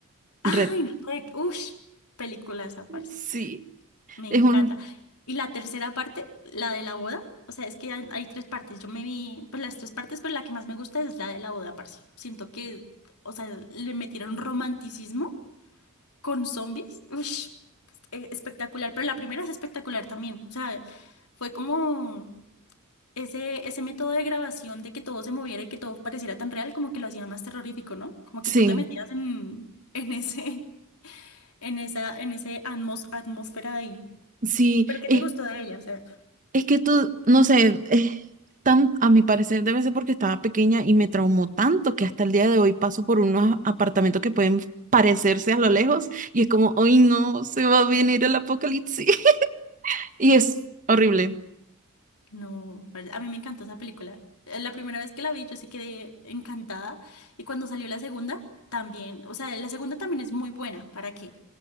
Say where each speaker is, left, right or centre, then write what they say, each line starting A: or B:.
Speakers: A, on the right; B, on the left.
A: Red.
B: Ay, Rec. Ush, película esa parte.
A: Sí,
B: Me encanta.
A: es un.
B: Y la tercera parte, la de la boda. O sea, es que hay hay tres partes. Yo me vi, pues las tres partes, pero la que más me gusta es la de la boda, parce. Siento que, o sea, le metieron romanticismo con zombies. Ush, eh, espectacular. Pero la primera es espectacular también. O sea, fue como Ese, ese método de grabación de que todo se moviera y que todo pareciera tan real, como que lo hacía más terrorífico, ¿no? Como
A: Sí,
B: que tú te metías en, en ese, en esa, en ese atmos- atmósfera de ahí.
A: sí.
B: ¿Pero qué
A: Es,
B: te gustó de ella? O sea,
A: Es que tú, no sé, eh, tan, a mi parecer debe ser porque estaba pequeña y me traumó tanto que hasta el día de hoy paso por unos apartamentos que pueden parecerse a lo lejos y es como, hoy no, se va a venir el apocalipsis. <laughs> Y es horrible.
B: no, pare- a mí me encantó esa película. Eh, La primera vez que la vi, yo sí quedé encantada. Y cuando salió la segunda, también. O sea, la segunda también es muy buena, ¿para qué?